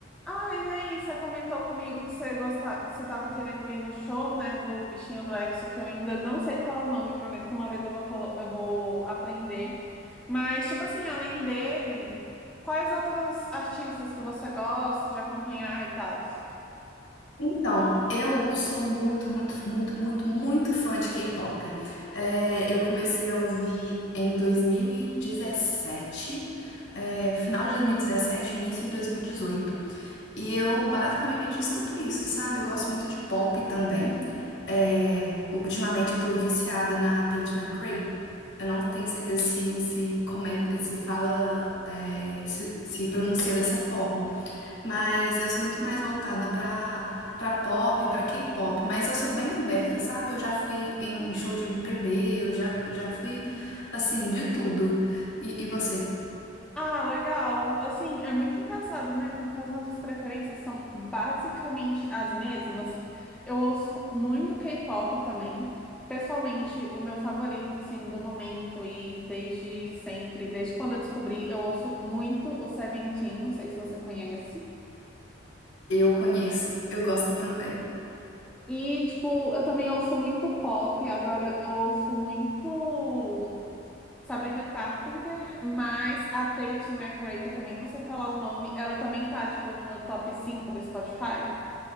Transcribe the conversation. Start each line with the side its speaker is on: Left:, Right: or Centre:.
Centre: Ah, e aí, você comentou comigo que você gosta... você estava querendo ir no show, né, do bichinho do EXO, que eu ainda não sei falar o nome, prometo que uma vez eu vou, colo- eu vou aprender. Mas, tipo assim, além dele, quais outros artistas que você gosta de acompanhar e tal?
Left: Então, eu sou muito, muito, muito, muito, muito fã de K-pop. É, eu comecei a ouvir em 2017, é, final de 2017, início de 2018. E dezoito. E eu basicamente escuto isso, sabe? Eu gosto muito de pop também. É, ultimamente eu tô viciada na Tate McRae. Eu não tenho certeza se, se comenta, se fala, é, se, se pronuncia dessa forma. Mas eu sou muito mais voltada pra para pop, pra K-pop, mas eu sou bem aberta, sabe? Eu já fui em, em show de MPB, eu já, eu já fui assim, de tudo. E, e você?
Centre: Ah, legal. Assim, é muito engraçado, né? Porque as nossas preferências são basicamente as mesmas. Eu ouço muito K-pop também. Pessoalmente, o meu favorito, assim, do momento e desde sempre, desde quando eu descobri, eu ouço muito o Seventeen, não sei se você conhece.
Left: Eu conheço, eu gosto também.
Centre: E, tipo, eu também ouço muito pop, agora eu ouço muito. Sabrina Carpenter, mas a Tate McRae, que eu também não sei falar o nome, ela também tá, tipo, no meu top 5 do Spotify.